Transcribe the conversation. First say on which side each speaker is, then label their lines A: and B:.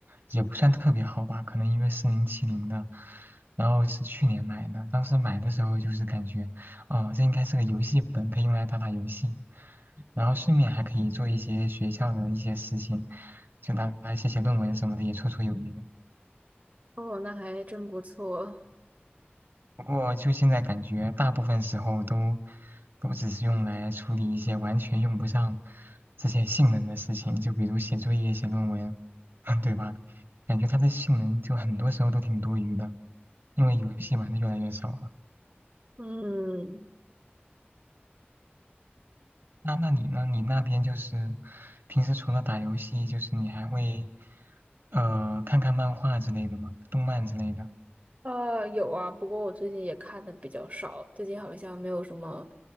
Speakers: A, on the right (about 65°); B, on the right (about 40°).
A: 也不算特别好吧，可能因为四零七零的，然后是去年买的，当时买的时候就是感觉，哦、这应该是个游戏本，可以用来打打游戏，然后顺便还可以做一些学校的一些事情，就拿来写写论文什么的，也绰绰有余。
B: 哦，那还真不错。
A: 不过就现在感觉，大部分时候都都只是用来处理一些完全用不上这些性能的事情，就比如写作业、写论文，<laughs> 对吧？感觉它的性能就很多时候都挺多余的，因为游戏玩的越来越少了。
B: 嗯，
A: 那那你呢？你那边就是平时除了打游戏，就是你还会呃看看漫画之类的吗？动漫之类的？
B: 呃，有啊，不过我最近也看的比较少，最近好像没有什么